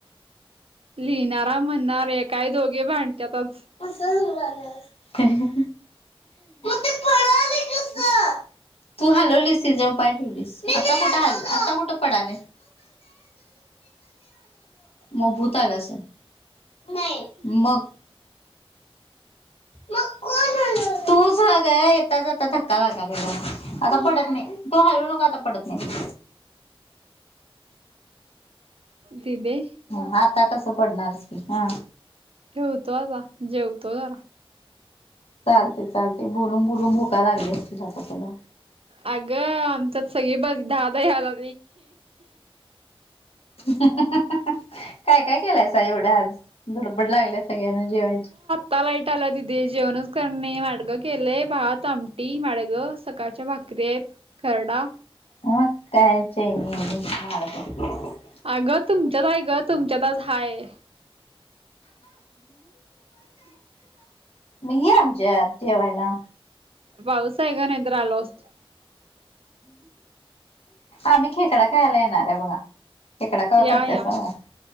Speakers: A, on the right (about 75°); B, on the left (about 80°).
A: लिहिणारा म्हणणारे काय दोघे भांणत्यातच बघ.
B: कसं होऊन राहिलं ते पडायला कसं. तू हलवलीस सि जव पाय ठेवलीस आता कुठ हल आता कुठं पडले. मग भूताल अस नाही मग. मग तूचग येताच आता धक्का लागाल ग आता पडत नाही. तो हलवू नका आता पडत नाही.
A: त देे
B: ह आता कसं पडणारच की हा.
A: ठेवतो आता जेवतो जरा.
B: चालते चालते बोललून बुोलून भुका लागले असतील आता तुला
A: अगं आमच्यात सगळी बाजी दहादाही आला.
B: काय काय केलाय सा एवढं आज धुडबड लागल्या सगळ्यांना जेवायची
A: ता लाईट आला तिथे जेवणच करणे मार्गं केलेय भात आमटी मार्गं सकाळच्या भाात ग्रे करडा
B: मग काय चयनी आहे <inaudible>
A: आग तुमच्यात हाय ग तुमच्यात आज हाय
B: म ये आमच्यात जेवायला
A: पाऊस हाय ग नाहीतर आलो असतो
B: आम्ही खेकडा खायला येणार आहे बघा खेकडा कवा
A: या
B: करतायसा
A: या
B: मला